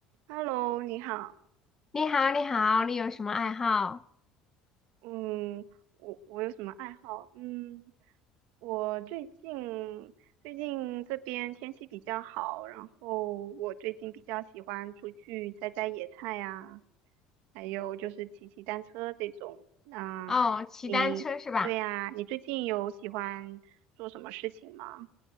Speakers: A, on the right (about 75°); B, on the left (about 20°).
A: Hello，你好。
B: 你好，你好，你有什么爱好？
A: 嗯，我我有什么爱好？嗯，我最近最近这边天气比较好，然后我最近比较喜欢出去摘摘野菜呀，还有就是骑骑单车这种。那你，
B: 哦，骑单车是吧？
A: 对呀，你最近有喜欢做什么事情吗？